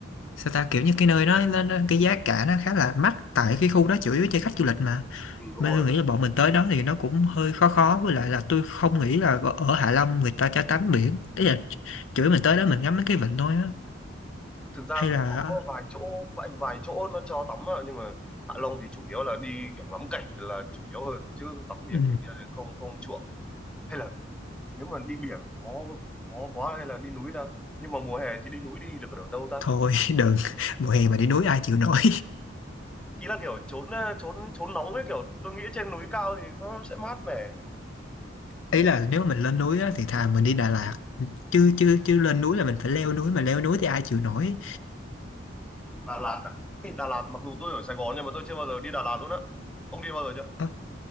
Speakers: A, on the left; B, in the centre.
A: sao ta kiểu như cái nơi đó nó, nó, cái giá cả nó khá là mắc tại cái khu đó chủ yếu cho khách du lịch mà
B: ừ, đúng
A: nên
B: rồi
A: tôi nghĩ là bọn mình tới đó thì nó cũng hơi khó khó với lại là tôi không nghĩ là ở ở Hạ Long người ta cho tắm biển đấy là chủ yếu mình tới đó mình ngắm mấy cái vịnh thôi á
B: thực ra
A: hay
B: cũng
A: là
B: có vài chỗ vài vài chỗ nó cho tắm ạ, nhưng mà Hạ Long thì chủ yếu là đi kiểu ngắm cảnh thì là chủ yếu hơn chứ tắm biển
A: ừ,
B: này kia thì không không chuộng hay là nếu mà đi biển khó khó quá hay là đi núi ta nhưng mà mùa hè thì đi núi đi được ở đâu ta
A: thôi <laughs> đừng mùa hè mà đi núi ai chịu nổi
B: ý là kiểu trốn ờ, trốn trốn nóng ấy kiểu tôi nghĩ trên núi cao thì nó sẽ mát mẻ
A: ý là nếu mà mình lên núi á, thì thà mình đi Đà Lạt chứ chứ chứ lên núi là mình phải leo núi mà leo núi thì ai chịu nổi
B: Đà Lạt à? Ê, Đà Lạt mặc dù tôi ở Sài Gòn nhưng mà tôi chưa bao giờ đi Đà Lạt luôn á. Ông đi bao giờ chưa?
A: Ờ,